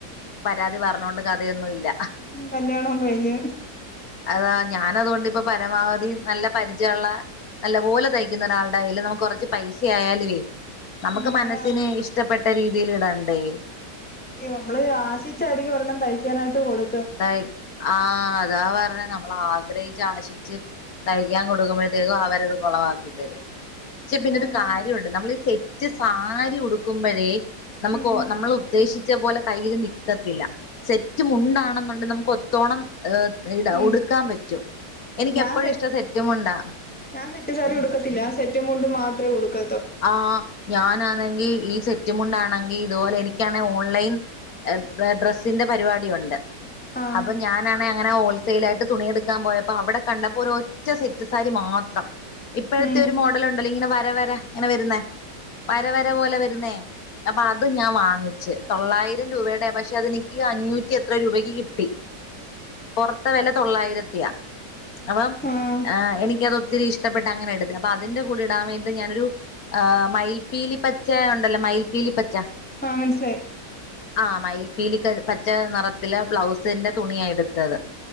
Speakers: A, on the left; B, in the centre.
A: പരാതി പറഞ്ഞോണ്ട് കഥയൊന്നും ഇല്ല
B: കല്യാണം കഴിഞ്ഞ്
A: അതാ ഞാൻ അതുകൊണ്ട് ഇപ്പ പരമാവധി നല്ല പരിചയമുള്ള നല്ല പോലെ തയ്ക്കുന്ന ഒരാളുടെ കയ്യിൽ നമുക്ക് കുറച്ച് പൈസ ആയാലുവേ നമുക്ക്
B: ഉം
A: മനസ്സിന്
B: അതാ
A: ഇഷ്ടപ്പെട്ട രീതി ഇതിൽ ഇടണ്ടേ
B: നമ്മള് ആശിച്ചായിരിക്കും ഒരെണ്ണം തയ്ക്കാനായിട്ട് കൊടു
A: <unintelligible> അതാ പറഞ്ഞ നമ്മള ആഗ്രഹിച്ച ആശിച്ച് തയ്ക്കാൻ കൊടുക്കുമ്പോഴത്തേക്കും അവരത് കൊളവാക്കി തരും പക്ഷെ
B: അപ്പൊ
A: പിന്നെ ഒരു
B: അങ്ങനെ
A: കാര്യമുണ്ട് നമ്മൾ ഈ സെറ്റ് സ ഉടുക്കുമ്പോഴേ നമുക്ക്
B: ഉം
A: നമ്മൾ ഉദ്ദേശി വിചാരിച്ചതുപോലെ കയ്യിൽ നിക്കത്തില്ല സെറ്റും ഉണ്ടാണെന്ന് നമുക്ക് ഒത്തോണം ഇട
B: ഉ
A: ഉടുക്കാൻ പറ്റും എനിക്ക്
B: ഞാൻ
A: എപ്പോഴും ഇഷ്ടം സെറ്റുമുണ്ടാ
B: സെറ്റ് സാരി ഉടുക്കത്തില്ല ആ സെറ്റ് മുണ്ട് മാത്ര ഒടുക്ക
A: ആഹ ഞാനാണെങ്കിൽ ഈ സെറ്റും കൊണ്ടാണെങ്കിൽ ഇതുപോലെ എനിക്കാണ ഓൺലൈൻ ഡ്രസ്സിന്റെ പരിപാടിിയ ഉണ്ട്
B: ആഹ്
A: അപ്പൊ ഞാനാണെ അങ്ങനെ ഹോൾ സെയിലായിട്ട് തുണിയെടുക്കാൻ പോയപ്പോ അവിടെ കണ്ടപ്പോ ഒരൊറ്റ സെറ്റ് സാരി മാത്രം ഇപ്പഴത്തെ
B: ഉം
A: ഒരു മോഡൽ ഉണ്ടല്ലോ ഇങ്ങനെ വ ര വരാ ഇങ്ങനെ വരുന്നേ വരവര
B: ആഹ്
A: പോലെ വരുന്നേ അപ്പൊ അത് ഞാൻ വാങ്ങിച്ച് തൊള്ളായിരം രൂപേടെ പക്ഷെ അതെനിക്ക് അഞ്ഞൂറ്റി എത്ര രൂപക്ക് കിട്ടി പൊറത്തെ വെല തൊള്ളായിരത്തിയാ അവം
B: ആഹ്
A: ആ എനിക്കത് ഒ ത്തിരി ഇഷ്ടപ്പെട്ട് അങ്ങനെടുത്ത് അപ്പ അതിന്റെ കൂടി ഇടാൻ വേണ്ടി ഞാനൊരു ആ മയിൽപ്പീലി പച്ച ഉണ്ടല്ലോ മയിൽപ്പീലി പച്ച
B: ആഹ് മനസിലായി
A: ആഹ് മയിൽപ്പീലി ക പച്ച നിറത്തിലെ ബ്ലൗസിന്റെ തുണിയ എടുത്തത്